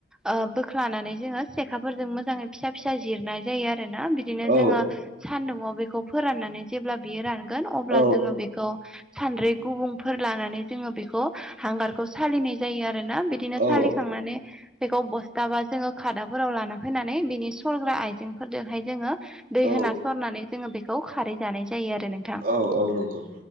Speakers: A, in the centre; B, on the right.
A: ओ बोख्लानानै जोङो सेखाफोरजों मोजाङै फिसा फिसा जिरनाय जायो आरो ना बिदिनो
B: औ
A: जोङो सान्दुंङाव बेखौ फोराननानै जेब्ला बियो रानगोन अब्ला
B: औ
A: जोङो बेखौ सानद्रै गुबुंफोर लानानै जोङो बेखौ हांगारखौ सालिनाय जायो आरोना बिदिनो
B: औ
A: सालिखांनानै बेखौ बस्थाबा जोङो खादाफोराव लाना फैनानै बिनि सरग्रा आयजेंफोरजोंहाय जोङो दै
B: औ
A: होना सरनानै जोङो बेखौ खारै जानाय जायो आरो नों
B: औ औ नंगौ